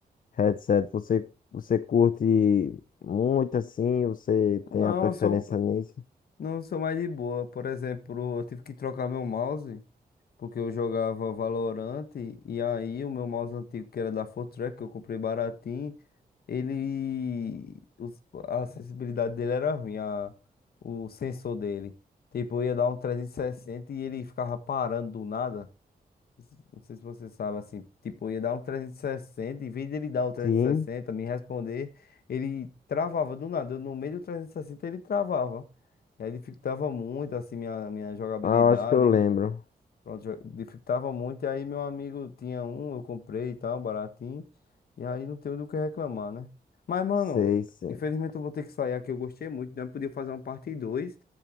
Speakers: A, on the left (about 60°); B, on the left (about 75°).
A: headset, você, você curte muito assim, você
B: Não,
A: tem a preferência
B: eu sou,
A: nisso?
B: não sou mais de boa. Por exemplo, eu tive que trocar meu mouse, porque eu jogava Valorant, e aí o meu mouse antigo, que era da Fortrack, que eu comprei baratinho, ele... os- a acessibilidade dele era ruim, a- o sensor dele. Tipo, eu ia dar um 360 e ele ficava parando do nada. Não sei se você sabe, assim, tipo, ia dar um 360, em vez dele dar o 360,
A: Sim.
B: me responder, ele travava do nada, eu no meio do 360 ele travava. E aí dificultava muito, assim, minha, minha jogabilidade,
A: Ah, eu acho que eu lembro.
B: pronto, jo- dificultava muito, e aí meu amigo tinha um, eu comprei e tal, baratinho, e aí não tenho do que reclamar, né? Mas, mano,
A: Sei, sim.
B: infelizmente eu vou ter que sair aqui, eu gostei muito, né? Podia fazer uma parte 2